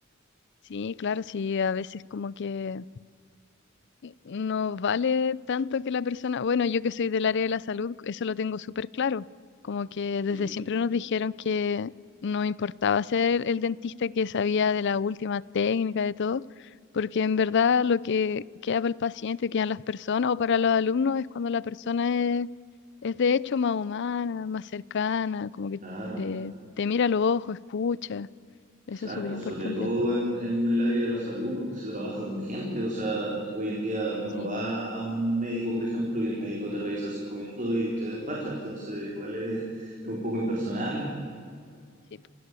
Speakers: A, on the left (about 60°); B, on the right (about 40°).
A: Sí, claro, sí, a veces como que no vale tanto que la persona, bueno, yo que soy del área de la salud, eso lo tengo súper claro, como que
B: Sí,
A: desde siempre nos dijeron que no importaba ser el dentista que sabía de la última técnica, de todo, porque en verdad lo que queda para el paciente, quedan las personas o para los alumnos es cuando la persona es, es de hecho más humana, más cercana, como que
B: claro.
A: eh, te mira a los ojos, escucha, eso
B: Exacto,
A: es súper importante.
B: sobre todo en, en el área de la salud, porque se trabaja con gente. O sea, hoy en día uno
A: Sí,
B: va a un médico, por ejemplo, y el médico te revisa cinco minutos y te despacha. Entonces, igual es, <laughs> es un poco impersonal.
A: sí,